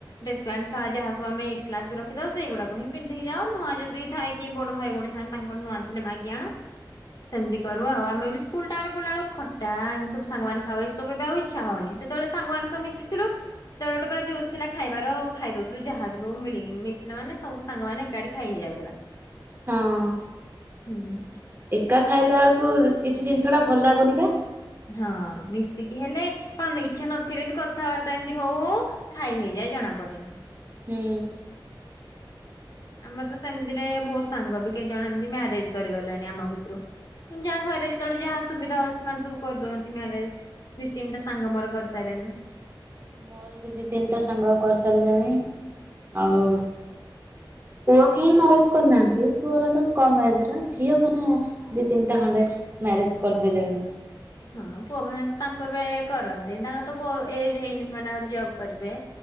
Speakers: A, on the left; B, on the right.
A: ଡେସ <unintelligible> ଯାହା ସବୁ ଆମେ ଏଇଟ କ୍ଲାସ ରେ ରଖିଥାଉ ସେଇଗୁଡାକୁ ହିଁ ପନ୍ଧିକି ଯାଉ ନୂଆ ଯଦି ଥାଏ କି ବଡ ଭାଇ ଭଉଣ ଥାନ୍ତି ତାଙ୍କର ନୂଆଁ ଥିଲେ ମାଗିଆଣୁ। ସେମିତି କରୁ ଆଉ ଆମେ ବି ସ୍କୁଲ ଟାଇମ ରେ ପଢିଲା ବେଳକୁ ଖଟା ଏମି ସବୁ ସାଙ୍ଗାମାନେ ଖାଉ ଏସବୁ ଏବେ ଆଉ ଇଛା ହଉନି। ସେତବେଳେ ସାଙ୍ଗମାନଙ୍କ ସହ ମିଶିଥିଲୁ। ସେତେବେଳେ ଗୋଟେ ମାନେ ଜୋସ୍ ଥିଲା ଖାଇବାର ଖାଇଦଉଥିଲୁ ଯାହାବି ହଉ ମିଳି ମିଶିଲା ମାନେ ସବୁ ସାଙ୍ଗମାନେ ଏକାଠି ଖାଇ ହେଇଯାଉଥିଲା।
B: ହଁ।
A: ହୁଁ।
B: ଏକା ଖାଇଲା ବେଳକୁ କିଛି ଜିନିଷ ଟା ଭଲ ଲାଗୁନି ପା।
A: ହଁ ମିଶିକି ହେଲେ କଣ ଇଚ୍ଛା ନଥିଲେ ବି କଥାବାର୍ତ୍ତା ଏମିତି ହଉ-ହଉ ଖାଇ ହେଇଯାଏ ଜଣା ପଡେନି।
B: ହୁଁ।
A: ଆମର ତ ସେମିତିରେ ବୋହୁତ ସାଙ୍ଗ ବି କେତେ ଜଣ ଏମିତି ମ୍ୟାରେଜ କରିଗଲେଣି ଆମ ଭିତୁରୁ। ଯାହା ଘରେ ଯେତେବେଳେ ଯାହା ସୁବିଧା ହଉ ସେମାନେ ସବୁ କରିଦଉଅନ୍ତି ମ୍ୟାରେଜ। ଦିଇ ତିନିଟା ସାଙ୍ଗ ମୋର କରିସାରିଲେଣି।
B: ମୋର ବି ଦି ତିନିଟା ସାଙ୍ଗ କରିସାରିଲେଣି
A: ଉଁ
B: ଆଉ
A: ହୁଁ।
B: ପୁଅ କେହି ମ୍ୟାରେଜ କରିନାହାନ୍ତି ପୁଅରା ତ କମ ମଜ ଝିଅ ମାନେ ଦି ତିନଟା ଖଣ୍ଡେ ମ୍ୟାରେଜ କରିଦଲେଣି।
A: ହଁ ପୁଅ ମାନେ ତ ତାଙ୍କୁ ଏବେ କରନ୍ତି ତାଙ୍କ ତ ବ ଏଜ ହେଇନି ସେମାନେ ଆହୁରି ଜବ୍ କରିବେ।